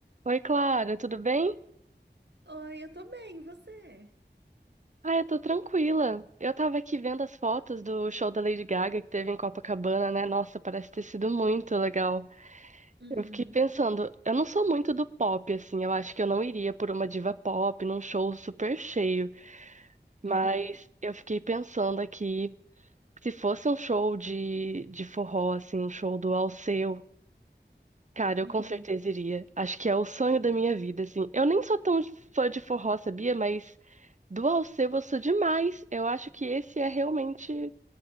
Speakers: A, on the right (about 40°); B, on the right (about 70°).
A: Oi, Clara, tudo bem?
B: Oi, eu tô bem, e você?
A: Ah, eu tô tranquila. Eu tava aqui vendo as fotos do show da Lady Gaga que teve em Copacabana, né? Nossa, parece ter sido muito legal.
B: Uhum,
A: Eu fiquei pensando, eu não sou muito do pop, assim, eu acho que eu não iria por uma diva pop num show super cheio, mas
B: uhum,
A: eu fiquei pensando aqui, se fosse um show de, de forró, assim, um show do Alceu. Cara, eu
B: uhum,
A: com certeza iria. Acho que é o sonho da minha vida, assim. Eu nem sou tão fã de forró, sabia? Mas Do Alceu eu sou demais. Eu acho que esse é realmente